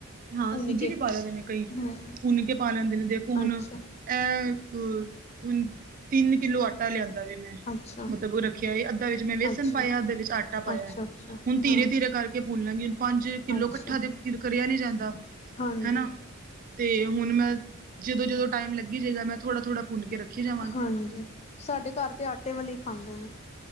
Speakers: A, on the right (about 40°); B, on the left (about 30°).
A: ਹਾਂ
B: ਭੁੰਨ
A: ਸੂਜੀ
B: ਕੇ।
A: ਵੀ ਪਾ ਲੈਂਦੇ ਨੇ ਕਈ
B: ਹੂੰ।
A: ਭੁੰਨ ਕੇ ਪਾ ਲੈਂਦੇ ਨੇ ਦੇਖੋ ਹੁਣ।
B: ਅੱਛਾ,
A: ਅ ਹ ਤੇ ਤਿੰਨ ਕਿਲੋ ਆਟਾ। ਾ ਲਿਆਂਦਾ ਵੀ ਮੈਂ
B: ਅੱਛਾ,
A: ਮਤਲਬ ਉਹ ਰੱਖਿਆ ਅੱਧਾ ਵਿੱਚ ਮੈਂ ਵੇਸਨ
B: ਅੱਛਾ,
A: ਪਾਇਆ ਅੱਧਾ ਵਿੱਚ ਆਟਾ ਪਾਇਆ।
B: ਅੱਛਾ, ਅੱਛਾ
A: ਹੁਣ ਧੀਰੇ
B: ਹਾਂ।
A: ਧੀਰੇ ਕਰਕੇ ਭੁੱਲਾਂਗੀ ਪੰਜ ਕਿੱਲੋ
B: ਅੱਛਾ,
A: ਇਕੱਠਾ ਤੇ ਕਰਿਆ ਨੀ ਜਾਂਦਾ
B: ਹਾਂਜੀ,
A: ਹਨਾ ਤੇ ਹੁਣ ਮੈਂ ਜਦੋਂ ਜਦੋਂ ਟਾਈਮ ਲੱਗੀ ਜਾਏਗਾ ਮੈਂ ਥੋੜਾ ਥੋੜਾ ਭੁੰਨ ਕੇ ਰੱਖੀ ਜਾ।
B: ਹਾਂਜੀ ਸਾਡੇ ਘਰ ਤੇ ਆਟੇ ਵਾਲੀ ਖਾਂਦੇ ਨੇ।